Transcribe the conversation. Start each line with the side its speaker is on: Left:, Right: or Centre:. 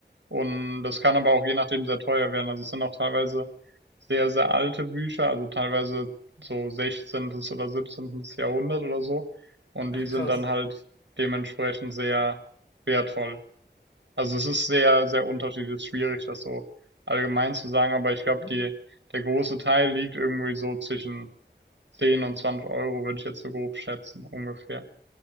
Right: Und das kann aber auch je nachdem sehr teuer werden. Also es sind auch teilweise sehr, sehr alte Bücher, also teilweise so sechzehntes oder siebzehntes Jahrhundert oder so. Und
Left: Ach
Right: die sind
Left: krass.
Right: dann halt dementsprechend sehr wertvoll. Also es ist sehr, sehr unterschiedlich, es ist schwierig, das so allgemein zu sagen, aber ich glaube,
Left: Mhm.
Right: die, der große Teil liegt irgendwie so zwischen 10 und 20 Euro, würde ich jetzt so grob schätzen, ungefähr.